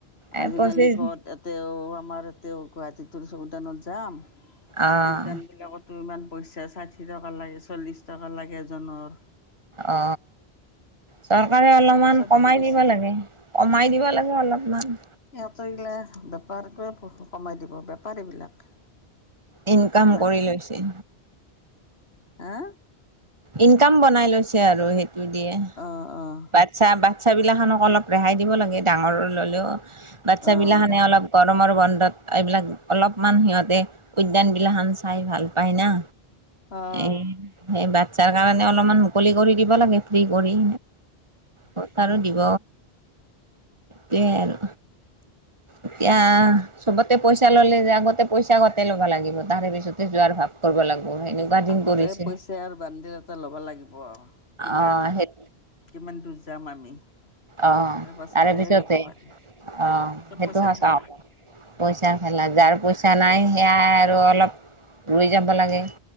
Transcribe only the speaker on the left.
আজিকালি
ক'ত এতেও আমাৰ এতেও গুৱাহাটীতোৰ চ উদানত যাম
উদ্যান বিলাকতো ইমান পইচা ষাঠি টকা লাগে চল্লিছ টকা লাগে এজনৰ।
চবতে
পইচা
এইগিলাক বেপাৰটোৱে কমাই দিব বেপাৰীবিলাক
কমাই
নিদিয়ে
হা?
অঁ অঁ
অঁ দে
অঁ
আগতে
পইচাৰ বানদিল এটা ল'বা লাগিব আৰু কিমান
কিমান দূৰ যাম আমি
তাৰ পাছতেহে
যাব পাৰি
চব
পইচাৰ
খেলা